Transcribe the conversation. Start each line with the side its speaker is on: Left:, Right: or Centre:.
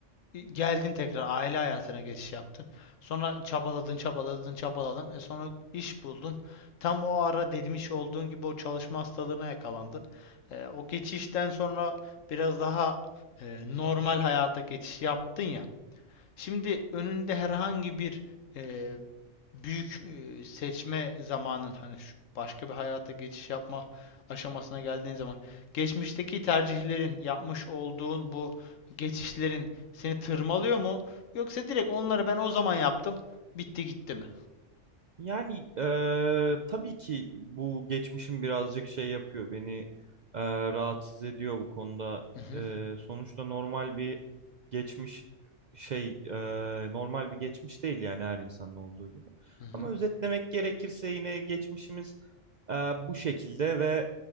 Left: geldin tekrar aile hayatına geçiş yaptın. Sonra çabaladın, çabaladın, çabaladın. E sonra iş buldun. Tam o ara demiş olduğun gibi o çalışma hastalığına yakalandın. E, o geçişten sonra biraz daha e, normal hayata geçiş yaptın ya. Şimdi önünde herhangi bir e, büyük e, seçme zamanın hani şu başka bir hayata geçiş yapma aşamasına geldiğin zaman geçmişteki tercihlerin yapmış olduğun bu geçişlerin seni tırmalıyor mu? Yoksa direkt onları ben o zaman yaptım bitti gitti mi?
Right: Yani eee, tabii ki bu geçmişim birazcık şey yapıyor beni eee, rahatsız ediyor bu konuda.
Left: Hı hı,
Right: Eee, sonuçta normal bir geçmiş şey eee, normal bir geçmiş değil yani her insanın olduğu gibi.
Left: hı hı.
Right: Ama özetlemek gerekirse yine geçmişimiz eee, bu şekilde ve